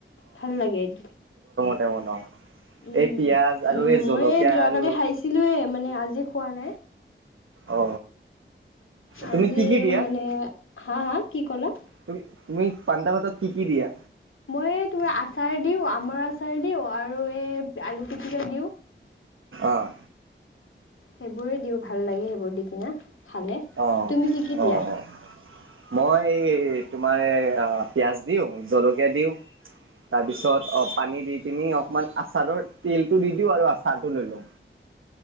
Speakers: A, on the left; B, on the right.
A: ভাল লাগে এইটো।
B: ন ন
A: উম,
B: এই পিয়াজ আৰু
A: উম,
B: এই জলকীয়া
A: মই যোৱাকালি
B: আৰু
A: খাইছিলোঁৱেই মানে আজি খোৱা নাই
B: অ তুমি
A: আজি
B: কি কি দিয়া?
A: মানে। হা হা কি কলা?
B: তুমি তুমি পানতা ভাতত কি কি দিয়া।
A: মই তুমি আচাৰ দিওঁ আমৰ আচাৰ দিওঁ আৰু এই আলু পিটিকা দিওঁ।
B: অহ
A: সেইবোৰে দিওঁ ভাল লাগে সেইবোৰ দি কিনা খালে
B: অ
A: তুমি কি কি
B: অ। অ
A: দিয়া।
B: মই এই তোমাৰ পিয়াঁজ দিওঁ জলকীয়া দিওঁ। তাৰ পিছত অ পানী দি পিনি অকমান আচাৰৰ তেলটো দি দিও আৰু আচাৰটো লৈ লও